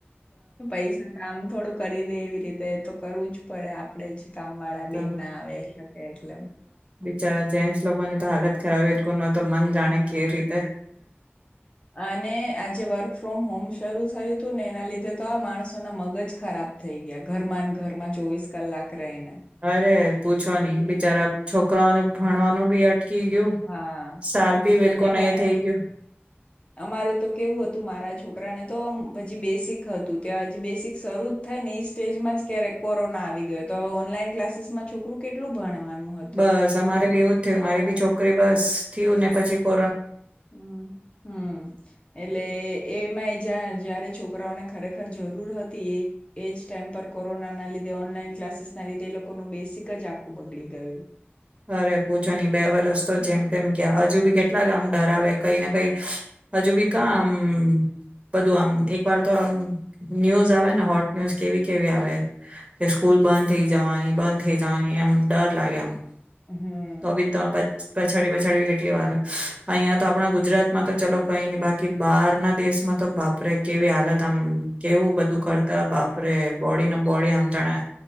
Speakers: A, on the left (about 25°); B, on the right (about 25°).
A: પૈસા કામ થોડું કરી દે એવી રીતે. એ તો કરવું જ પડે આપડે જ. કામવાળા
B: તો
A: બેન ના આવે, એટલ ક એટલ
B: જ્યારે જેન્સ લોકોને તો હાલત ખરાબ, એ લોકોન તો મન જાણે,
A: હમ.
B: કેવી રીતે
A: અને આજે વર્ક ફ્રોમ હોમ શરૂ થયું તું ને, એના લીધે તો આ માણસોના મગજ ખરાબ થઈ ગ્યા, ઘરમાંન ઘરમાં ચોવીસ કલાક રહીને.
B: અરે પૂછો નઈં, બિચારા છોકરાઓનું ભણવાનું બી અ અટકી ગ્યું,
A: હા
B: સાલ ભી અવે એ લોકોનું
A: એમે
B: એ થેઇ ગયું.
A: અમારું તો કેવું હતું, મારા છોકરાને તો હજી બેસિક હતું, ત્યાં હજી બેસિક શરૂ જ થાયને એ જ સ્ટેજમાં જ ક્યારેક કોરોના આવી ગયો. તો હવે ઓનલાઈન ક્લાસીસમાં છોકરું કેટલું ભણવાનું? હતું
B: બસ અમારે બી એવું જ થ્યું.
A: તો
B: મારી બી છોકરી બસ થયું ને પછી કો
A: હમ્મ, હમ્મ, એટલે એમાં એ જા જયારે છોકરાઓને ખરેખર જરૂર હતી, એ એ જ ટાઈમ પર કોરોનાના લીધે, ઓનલાઈન ક્લાસીસના લીધે એ લોકોનું બેસિક જ આખું બગડી ગયું.
B: અરે પૂછોની. બે વરસ તો
A: હમ
B: જેમ તેમ ગ્યા. અજુ બી કેટલા <unintelligible> ડરાવે કંઈ ને કંઈ હજુ
A: હમ
B: બી કાં આમ બધું આમ, એક વાર તો આમ ન્યૂઝ આવે ને હોટ ન્યૂઝ કેવી કેવી આવે. કે સ્કૂલ બંધ થેઇ જવાની, બંધ થેઇ જવાની, એમ ડર લાગે આમ.
A: હમ્મ
B: તો બી તો પછાડી પછાડી કેટલી વાર. અહિંયા તો આપણા ગુજરાતમાં તો ચલો કંઈ નહી. બાકી બહારના દેશમાં તો બા પરે આપે કેવી હાલત! આમ, કેવું બધું કરતા. બાપરે બોડીને બોડી આમ જાણે,